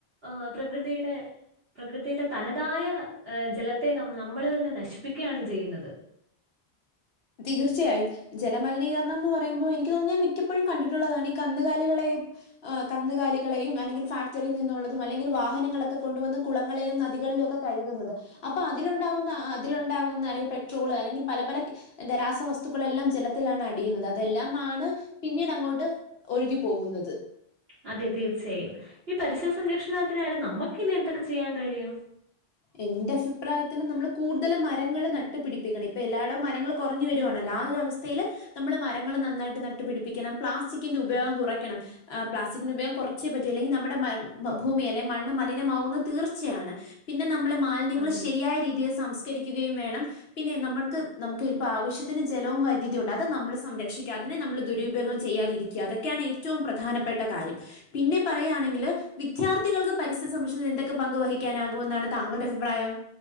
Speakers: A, on the right (about 65°); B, on the left (about 70°).
A: ആഹ് പ്രകൃതിയുടെ പ്രകൃതിയുടെതനതായ ജലത്തെ നമ്മ, നമ്മ ളുതന്നെ നശിപ്പിക്കുകയാണു ചെയ്യുന്നത്.
B: തീർച്ചയായും. ജലമലിനീകരണം എന്ന് പറയുമ്പോ എനിക്ക് തോന്നുന്നു മിക്കപ്പോഴും കണ്ടിട്ടുള്ളതാണ് ഈ കന്നുകാലികളെ ഏഹ് കന്നുകാലികളെയുമല്ലെങ്കിൽ ഫാക്ടറിയിൽ നിന്നുള്ളതുമല്ലെങ്കിൽ വാഹനങ്ങളൊക്കെ കൊണ്ടുവന്ന് കുളങ്ങളിലുംനദികളിലുമൊക്കെ കഴുകുന്നത്.. അപ്പൊ അതിലുണ്ടാവുന്ന അതിലുണ്ടാവുന്ന അല്ലെങ്കില് പെട്രോള് അല്ലെങ്കിൽ പല പല എന്താ രാസവസ്തുക്കളെല്ലാം ജലത്തിലാണ് അടിയുന്നത് അതെല്ലാമാണ് പിന്നീടങ്ങോട്ട് ഒഴുകിപോകുന്നത്
A: അതെ, തീർച്ചയായും. ഈ പരിസ്ഥിതി സംരക്ഷണത്തിനു നേരെ നമുക്കിനിയെന്തൊക്കെ ചെയ്യാൻ കഴിയും.
B: എന്റെ അഭിപ്രായത്തിൽ നമ്മളുകൂടുതലും മരങ്ങൾ നട്ടുപിടിപ്പിക്കണം. ഇപ്പൊ എല്ലായിടവുംമരങ്ങൾ കൊറഞ്ഞു വരാണല്ലോ ആഹ് ഒരവസ്ഥയില് നമ്മള് മരങ്ങള് നന്നായിട്ട് നട്ടുപിടിപ്പിക്കണം പ്ലാസ്റ്റിക്കിന്റെ ഉപയോഗം കുറയ്ക്കണം ആ, പ്ലാസ്റ്റിക്കിന്റെ ഉപയോഗം കുറച്ചേ പറ്റൂ. ഇല്ലെങ്കിൽ നമ്മുടെ മ.. ഭൂമി, അല്ലേ മണ്ണു മലിനമാകുമെന്നുതീർച്ചയാണ് പിന്നെ നമ്മള് മാൽന്യങ്ങള്
A: അതെ
B: ശരിയായ രീതിയിൽ സംസ്കരിക്കുകയും വേണം പിന്നെ നമ്മൾക്ക് നമുക്ക് ഇപ്പ ആവശ്യത്തിന് ജലവും വൈദ്യുതിയും ഉണ്ട് അത് നമ്മള് സംരക്ഷിക്ക അതിനെ നമ്മള് ദുരുപയോഗം ചെയ്യാതിരി- അതൊക്കെയാണേറ്റവും പ്രധാനപ്പെട്ട കാര്യം. പിന്നെ പറയാണെങ്കില് വിദ്യാർത്ഥികൾക്ക് പരിസ്ഥി സംഷി എന്തൊക്കെ പങ്ക് വഹിക്കാനാകും എന്തു വന്നാണ് താങ്കളുടെ അഭിപ്രായം